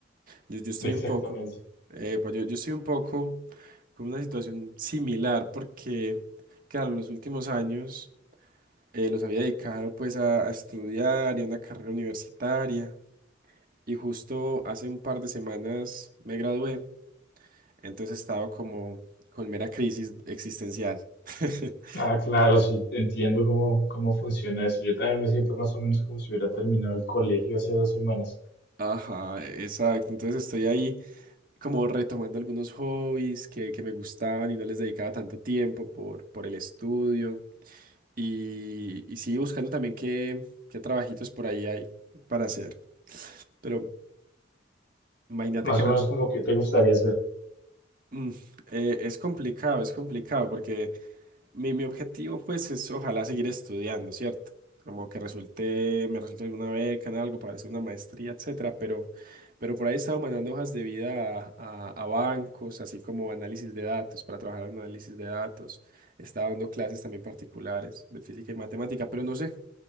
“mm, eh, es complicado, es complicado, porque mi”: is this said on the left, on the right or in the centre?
Right